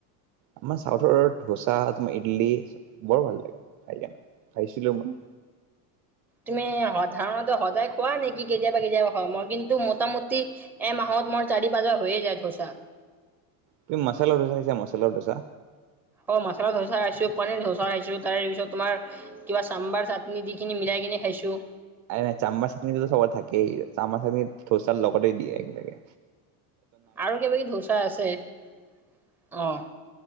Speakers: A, on the right; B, in the centre.
A: আমাৰ চাউথ ধোচা তোমাৰ ইডলি চব বৰ ভাল লাগে খাই কিনে খাইছিলোঁ মই।
B: তুমি সাধাৰণতে সদায় খোৱা নেকি কেতিয়াবা কেতিয়াবা খোৱা মই কিন্তু মোটামুটি? এ মাহত মোৰ চাৰি পাঁচবাৰ হৈয়ে যায় ধোচা।
A: তুমি মাছালা ধোচা খাইছা মছালা ধোচা।
B: অ' মাছালা ধোচা খাইছোঁ পনীৰ ধোচা খাইছোঁ তাৰ পিছত তোমাৰ। কিবা চাম্বাৰ চাটনি দি কিনি মিলাই কিনে খাইছোঁ।
A: এই চাম্বাৰ চাটনিটোত চবতে থাকেই চাম্বাৰ চাটনি ধোচাৰ লগতে দিয়ে একলগে।
B: আৰু কিবাকিবি ধোচা আছে অ'।